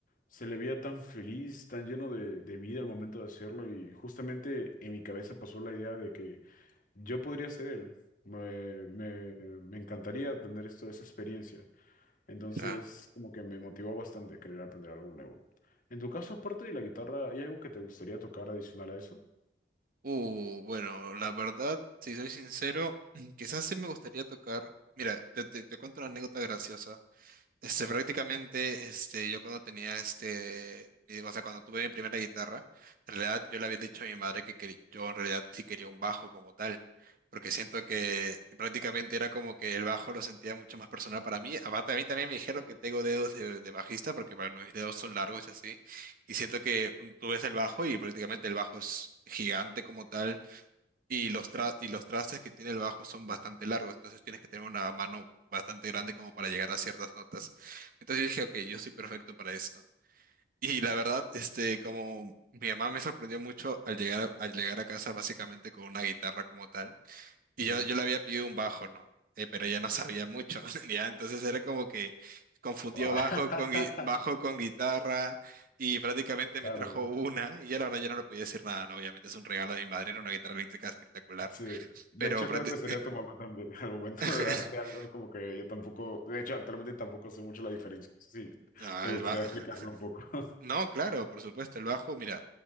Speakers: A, on the left (about 50°); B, on the right (about 55°).
A: se le veía tan feliz, tan lleno de, de vida al momento de hacerlo y justamente en mi cabeza pasó la idea de que yo podría ser él. Me, me- me encantaría tener esto, esa experiencia. Entonces,
B: <laughs> claro.
A: como que me motivó bastante a querer aprender algo nuevo. En tu caso, aparte de la guitarra, ¿hay algo que te gustaría tocar adicional a eso?
B: Uh, bueno, la verdad, si soy sincero, <clears throat> quizás sí me gustaría tocar. Mira, te, te, te cuento una anécdota graciosa. Este, prácticamente, este, yo cuando tenía este, mi- o sea, cuando tuve mi primera guitarra, en realidad yo le había dicho a mi madre que, quer- yo en realidad sí quería un bajo como tal, porque siento que prácticamente era como que el bajo lo sentía mucho más personal para mí. Aparte, a mí también me dijeron que tengo dedos de, de bajista, porque bueno, mis dedos son largos y así, y siento que tú ves el bajo y prácticamente el bajo es gigante como tal y los, tra- y los trastes que tiene el bajo son bastante largos, entonces tienes que tener una mano bastante grande como para llegar a ciertas notas. Entonces yo dije, ok, yo soy perfecto para esto. Y la verdad, este, como mi mamá me sorprendió mucho al llegar, al llegar a casa básicamente con una guitarra como tal, y
A: Ujú.
B: yo, yo le había pedido un bajo, ¿no? Eh, pero ella no sabía mucho, <laughs> ya, entonces era como que confundió
A: <laughs>
B: bajo con, gui- bajo con guitarra y prácticamente
A: Claro,
B: me trajo una, y yo la verdad ya no le podía decir nada, ¿no? Obviamente es un regalo de mi madre, era una guitarra eléctrica espectacular.
A: sí. De
B: Pero
A: hecho,
B: prácti-
A: creo que sería tu mamá también. <laughs> Al momento
B: <laughs>
A: de darte algo, como que yo tampoco, de hecho, actualmente tampoco sé mucho la diferencia. Sí,
B: Ah,
A: te gustaría
B: el ba- <laughs>
A: explicarme un poco. <laughs>
B: No, claro, por supuesto, el bajo, mira,